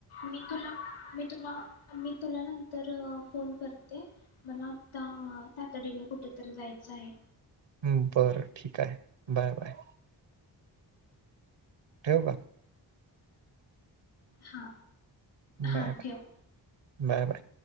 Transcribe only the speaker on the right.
हम बर ठीक आहे बाय बाय. ठेऊ का?
बाय
बाय
Bye bye.